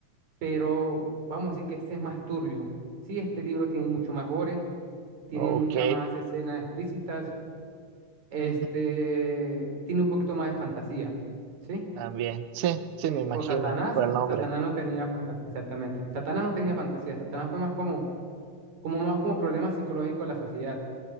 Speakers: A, on the right (about 60°); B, on the right (about 75°).
A: pero vamos a decir que este es más turbio. Sí, este libro tiene mucho más gore, tiene
B: Ok.
A: muchas más escenas explícitas, este,
B: ujú,
A: tiene un poquito más de fantasía, ¿sí?
B: También. Sí, sí,
A: Sí,
B: me imagino,
A: Pues Satanás,
B: por el nombre.
A: Satanás no tenía fantasía, exactamente. Satanás no tenía fantasía, Satanás fue más como, como más como problema psicológico de la sociedad.